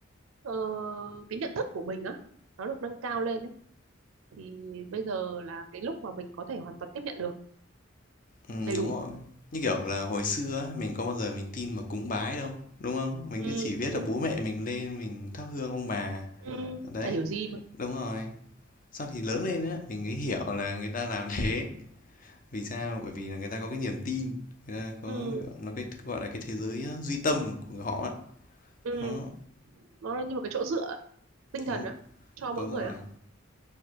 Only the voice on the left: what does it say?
Ừm,
đúng
rồi. Như kiểu là hồi xưa á, mình có bao giờ mình tin mà cúng bái đâu, đúng không? Mình
cứ chỉ biết
là bố mẹ mình lên mình thắp hương ông bà,
đấy.
Đúng rồi. sau thì lớn lên á, mình mới hiểu là người ta làm thế vì sao? Bởi vì là người ta có cái niềm tin, người ta có
nó cái gọi là cái thế giới duy tâm của người họ á.
Đó,
đúng không?
Đúng
rồi.